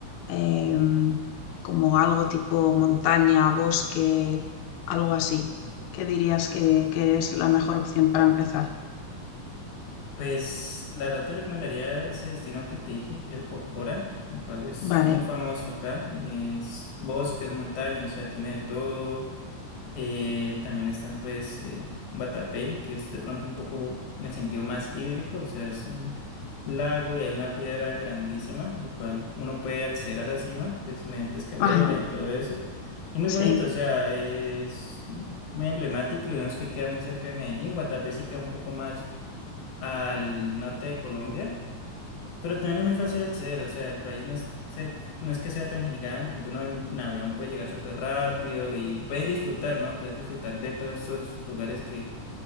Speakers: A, on the left; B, on the left.
A: em, como algo tipo montaña, bosque, algo así? ¿Qué dirías que, que es la mejor opción para empezar?
B: pues la verdad te recomendaría ese destino que te dije, que es el Cocora, el cual es
A: Vale.
B: muy famoso acá, es bosques, montañas, o sea, tiene de todo Eh, también están pues eh, Guatapé, que es de pronto un poco en el sentido más hídrico, o sea, es un lago y hay una piedra grandísima, la cual uno puede acceder a la cima, pues mediante escaleras
A: Ajá.
B: y todo eso. Y muy
A: Sí.
B: bonito, o sea, es muy emblemático y lo bueno es que queda muy cerca de Medellín. Guatapé sí queda un poco más al norte de Colombia pero también es muy fácil acceder, o sea, el país no es, se- no es que sea tan gigante, entonces uno en, en avión puede llegar súper rápido y puedes disfrutar, ¿no? Puedes disfrutar de todos estos lugares que